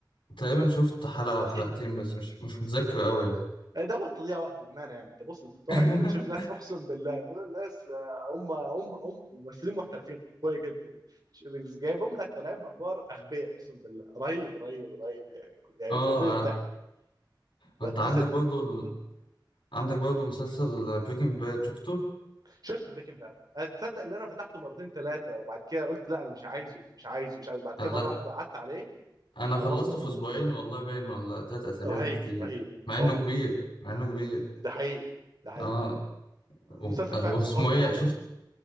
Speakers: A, on the left; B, on the right.
A: تقريبا شفت حلقة او
B: <clears throat>
A: حلقتين بس مش مش متذكر قوي يعني
B: دوت تضييع وقت بامانه يعني انت بص انت بتقعد
A: <laughs>
B: كده تشوف ناس اقسم بالله دول ناس آه، هم هم هم ممثلين محترفين قويه جدا يعني ش- بس جايبهم لك طالعين بادوار اغبياء اقسم بالله رهيب رهيب رهيب يعني يعني
A: اه
B: يخرب بيت الضحك
A: ع-
B: ب-
A: انت عندك
B: بس
A: برضو ال...
B: م.
A: عندك برضو مسلسل بريكنج باد شفته
B: شفت بريكنج باد تصدق ان انا فتحته مرتين ثلاثه وبعد كده قلت لا انا مش عايزه مش عايزه مش عايزه بعد كده
A: آه، لا
B: مره واحده قعدت عليه
A: انا خلصته
B: خلصت امه
A: في اسبوعين والله باين ولا ثلاث اسابيع
B: رهيب
A: بالكتير
B: رهيب
A: مع
B: قوي
A: انه كبير مع انه كبير
B: ده حقيقي ده حقيقي
A: اه و-
B: المسلسل
A: واسمه
B: فعلا قوي
A: ايه
B: قوي
A: شفت